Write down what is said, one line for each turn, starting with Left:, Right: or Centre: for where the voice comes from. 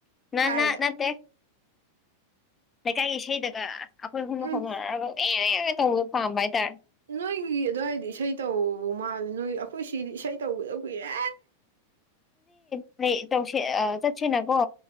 Left: ꯅꯅꯥ
Right: ꯀꯥꯏꯗ
Left: ꯅꯠꯇꯦ ꯂꯩꯀꯥꯏꯒꯤ ꯏꯁꯩꯗꯒ ꯑꯩꯈꯣꯏ ꯑꯍꯨꯝꯅ
Right: ꯎꯝ
Left: ꯍꯣꯡꯅꯔꯛꯑꯒ ꯂꯦꯂꯦ ꯇꯧꯕꯗꯨ ꯄꯥꯝꯕ ꯍꯥꯏꯇꯥꯔꯦ
Right: ꯅꯣꯏꯒꯤ ꯑꯗꯨꯋꯥꯏꯗꯤ ꯏꯁꯩ ꯇꯧꯕ ꯃꯥꯜꯂꯦ ꯅꯣꯏ ꯑꯩꯈꯣꯏ ꯁꯤꯒꯤꯗꯤ ꯏꯁꯩ ꯇꯧꯒꯤꯗꯕ ꯀꯨꯏꯔꯦ
Left: ꯑꯗꯨꯗꯤ ꯇꯧꯁ ꯑꯥ ꯆꯠꯁꯤꯅꯀꯣ